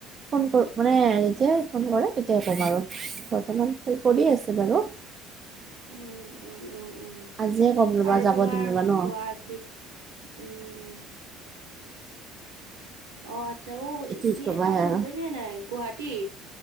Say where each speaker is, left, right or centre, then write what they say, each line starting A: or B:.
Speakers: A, on the right; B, on the right.
A: ফোন কৰ মানে যেতিয়াই ফোন কৰে তেতিয়াই ক'ম, আৰু বৰ্তমান ফোন কৰি আছে বাৰু???
B: উম উম উম উম
A: আজিয়ে কম ৰ'বা
B: আৰু
A: যাব
B: তোমাৰ
A: দিম ৰ'বা ন
B: কোৱা? <unintelligible> উম! অ আচ্ছা অ
A: কি
B: তুমি
A: কবা
B: এটা কথা
A: আৰু
B: গম পাইছে নে নাই গুৱাহাটীত?